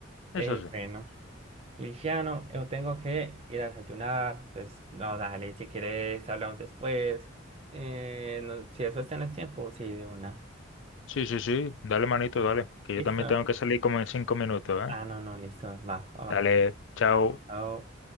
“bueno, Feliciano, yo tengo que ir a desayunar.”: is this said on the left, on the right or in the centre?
Right